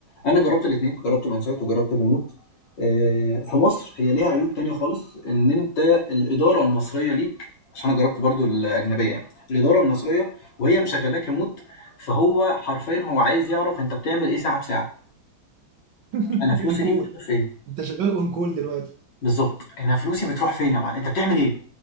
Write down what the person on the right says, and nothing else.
<laughs>
اون كول
انت شغال اون كول دلوقتي